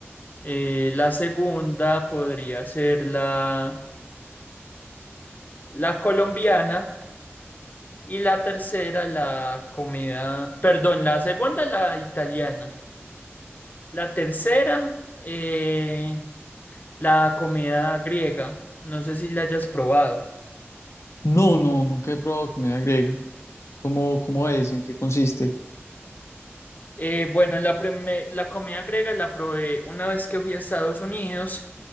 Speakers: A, on the left; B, on the left.
A: Eh, la segunda podría ser la, la colombiana y la tercera, la comida, perdón, la segunda, la italiana. La tercera, eh, la comida griega. No sé si la hayas probado.
B: No, no, nunca he probado comida griega. ¿Cómo, cómo es? ¿En qué consiste?
A: Eh, bueno, la, primer- la comida griega la probé una vez que fui a Estados Unidos.